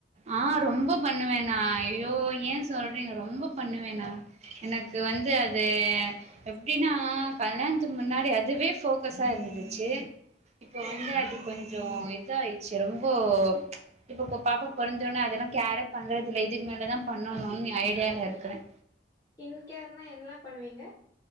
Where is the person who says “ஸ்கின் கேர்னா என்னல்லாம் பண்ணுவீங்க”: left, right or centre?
Left